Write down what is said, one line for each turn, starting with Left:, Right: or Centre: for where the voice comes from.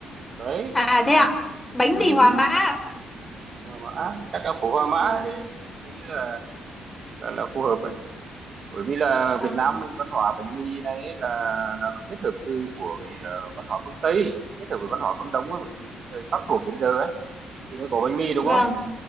Right: đấy
Left: À thế ạ, bánh
Right: Ừ,
Left: mì Hòa Mã ạ.
Right: Hòa Mã chắc là phố Hòa Mã
Left: Vâng,
Right: để anh nghĩ là là là phù hợp bởi vì là
Left: vâng,
Right: Việt Nam mình văn hóa bánh mì này ấy là là nó kết hợp từ của cái ờ, văn hóa phương Tây kết hợp với văn hóa phương Đông ấy, bởi vì cái thời Pháp thuộc đến giờ ấy thì mới có bánh mì đúng
Left: vâng,
Right: không